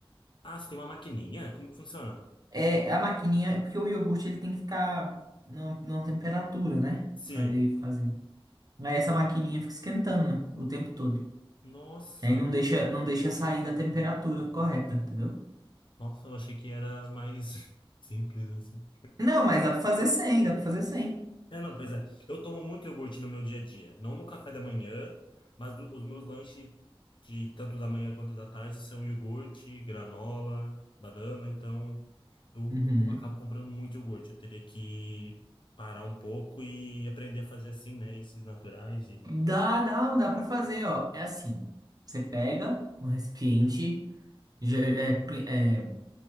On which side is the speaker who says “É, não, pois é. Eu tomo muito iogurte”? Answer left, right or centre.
Left